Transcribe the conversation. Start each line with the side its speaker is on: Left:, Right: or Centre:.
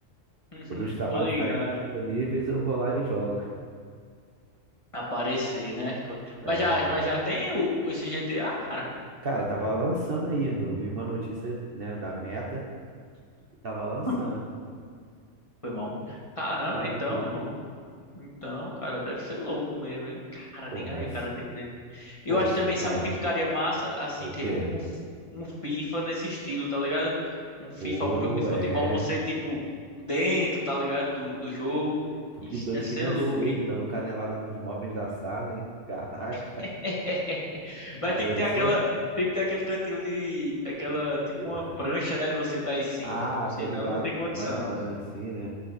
Left: Uhum,
Right: Quando os trabalhos
Left: tô ligado.
Right: ficarem disponíveis, eu vou lá e jogo.
Left: Aparecer, né? Co-
Right: É,
Left: Mas já, mas já tem o, esse GTA, cara. <laughs>
Right: cara, tava lançando aí. Eu vi uma notícia, né, da Meta e tava lançando.
Left: Hum, Foi mal, mano. Caramba,
Right: Tá
Left: então.
Right: tranquilo.
Left: Então, cara, deve ser louco mesmo, hein? Cara,
Right: Pô,
Left: diga
Right: vai.
Left: aí, o cara, tipo. dele. Eu
Right: Pô,
Left: acho também, sabe
Right: ah,
Left: o que ficaria massa? Assim,
Right: o
Left: tipo,
Right: quê?
Left: um, f- um FIFA nesse estilo, tá ligado? Um FIFA,
Right: Pô,
Left: um jogo de futebol,
Right: é.
Left: você, tipo, dentro, tá ligado? Do, do jogo.
Right: Pô,
Left: Isso
Right: que doido
Left: deve ser
Right: que nascei,
Left: louco, hein?
Right: sei, dando canelada nos móveis da sala, hein? <laughs> Caraca,
Left: <laughs> Vai
Right: a
Left: ter
Right: pessoa.
Left: que ter aquela, tem que ter aquele cantinho de, aquela,
Right: Tu-
Left: tipo
Right: o-
Left: uma prancha, né, de você estar em cima,
Right: Ah,
Left: pô, senão
Right: tô ligado
Left: não tem
Right: que
Left: condição.
Right: tu vai andando assim, né?